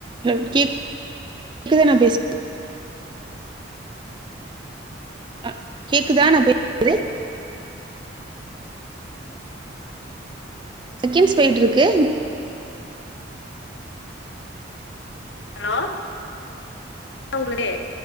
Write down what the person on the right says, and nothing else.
ஹ கே கேக்குதா நா பேச
அஹ் கேக்குதா நா பேசறது செகேண்ட்ஸ் போயிட் இருக்கு